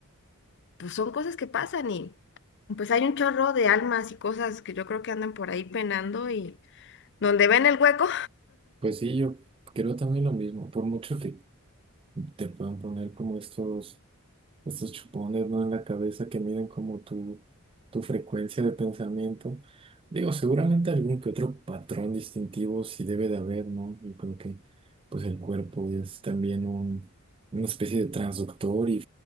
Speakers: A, on the left (about 55°); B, on the right (about 25°).
A: pues son cosas que pasan y pues hay un chorro de almas y cosas que yo creo que andan por ahí penando y donde ven el hueco,
B: Pues sí, yo creo también lo mismo. Por mucho que te puedan poner como estos. estos chupones, ¿no? En la cabeza que miden como tu, tu frecuencia de pensamiento. Digo, seguramente algún que otro patrón distintivo sí debe de haber, ¿no? Yo creo que pues el cuerpo es también un, una especie de transductor y